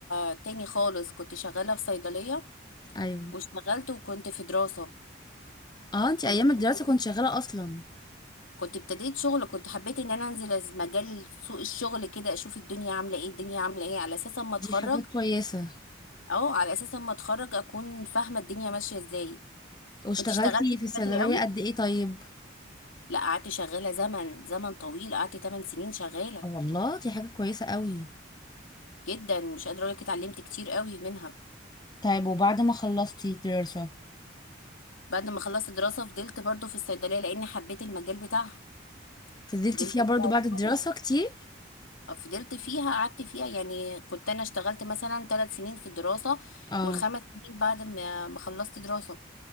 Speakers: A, on the left; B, on the left.
A: آه، تاني خالص كنت شغاله في صيدليه
B: ايوه
A: واشتغلت وكنت في دراسه
B: اه انتي
A: كنت
B: ايام
A: حبيت
B: الدراسة كنت شغالة اصلا
A: كنت ابتديت شغل كنت حبيت ان انا انزل از- مجال سوق الشغل كده اشوف الدنيا عامله ايه الدنيا عامله ايه على اساس اما اتخرج
B: دي حاجة كويسة
A: اه على اساس اما اتخرج اكون فاهمه الدنيا ماشيه ازاي
B: واشتغلتي
A: كنت اشتغلت
B: في
A: من
B: الصيدلية
A: بدري قوي
B: قد ايه طيب
A: لا قعدت شغاله زمن زمن طويل قعدت 8 سنين شغاله
B: آه والله دي حاجة كويسة قوي
A: جدا مش قادره اقول لك اتعلمت كتير قوي منها
B: طيب وبعد ما خلصتي دراسة
A: بعد ما خلصت دراسه فضلت برضو في الصيدليه لان حبيت المجال بتاعها
B: فضلتي
A: فضلت
B: فيها
A: فيها
B: برضو بعد
A: شوية.
B: الدراسة كتير
A: فضلت فيها قعدت فيها يعني كنت انا اشتغلت مثلا ثلاث سنين في الدراسة
B: اه
A: والخمس سنين بعد ما ما خلصت دراسة